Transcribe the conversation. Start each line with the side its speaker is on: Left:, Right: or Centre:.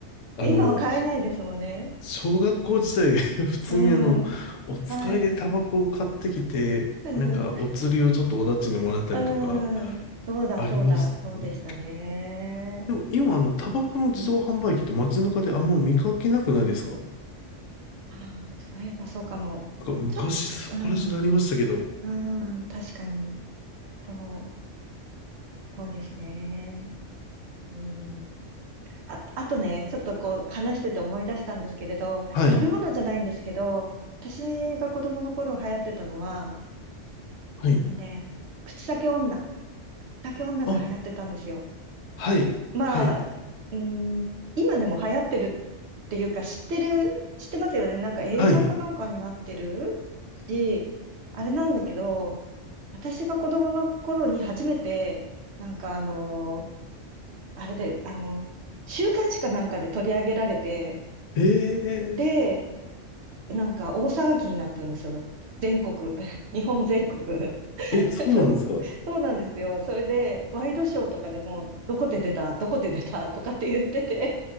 Left: あの、
Right: 今は買えないですもんね。
Left: 小学校時代、<laughs> 普通にあの、
Right: うん、
Left: お使いでタバコを買ってきて、
Right: はい。<laughs>
Left: なんか、お釣りをちょっとおだちにもらったりとか、
Right: うん、そうだ、
Left: ありましたね。
Right: そうだ、そうでしたね。
Left: でも今、あの、タバコの自動販売機って街中であんま見かけなくないですかな
Right: ああ、そういえばそうかも。
Left: んか昔そこら辺になりましたけど。
Right: ちょっと、うん、うん、確かに。そう、そうですね。うん。あ、あとね、ちょっとこう話してて思い出したんですけれど、
Left: はい、
Right: 食べ物じゃないんですけど、私が子供の頃流行ってたのは、
Left: はい。
Right: あのね、口裂け女。口裂け女が流行ってたんですよ。
Left: あ、はい、
Right: まあ、
Left: はい、
Right: うん、今でも流行ってるっていうか知ってる、知ってますよね。なんか映画かなんかになってる
Left: はい。
Right: し、あれなんだけど、私が子供の頃に初めて、なんかあのあれで、あの、週刊誌かなんかで取り上げられて、
Left: えー、
Right: で、なんか大騒ぎになったんですよ。全国、<laughs> 日本全国。<laughs>
Left: え、そうなんですか
Right: そうそうなんですよ。それで、ワイドショーとかでも、どこで出た、どこで出たとかって言ってて、